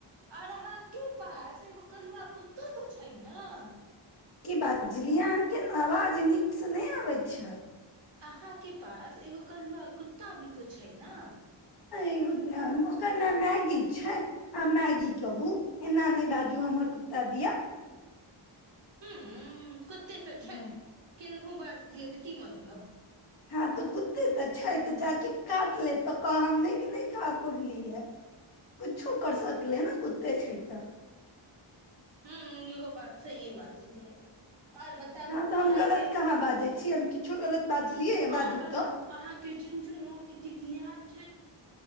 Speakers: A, on the right; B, on the left.
A: आओर अहाँ के पास एगो कलुआ कु- कतऽ तऽ छहिन न
B: की बात कैलिए अहाँके ने आवाज नीकसँ नहि आबै छै
A: अहाँ के पास एगो कलुआ कुत्ता भी त छै न
B: एगो हँ ओकर नाम मैगी छै आ मैगी कहू एना नहि बाजू हमर त दिय
A: हूँ कते तऽ
B: ह
A: छै केल- उ बाजि तीयै तऽ की मतलब
B: हँं तऽ कुत्ते तऽ छै तऽ जाके काटि लेत तऽ कहब नहि के नहि कहब बोललियै ह किछो करि सकलै हन ने कुत्ते छै तऽ
A: हूँ इहो बात सहीये बाजलिए आओर बताबु
B: हँ तऽ हम
A: अहाँके
B: गलत कहाँ बाजै छी हम किछो गलत बाजलियै बाजू
A: आओर बताबु
B: तऽ
A: अहाँके चुन चुन मम्मी के की हाल छै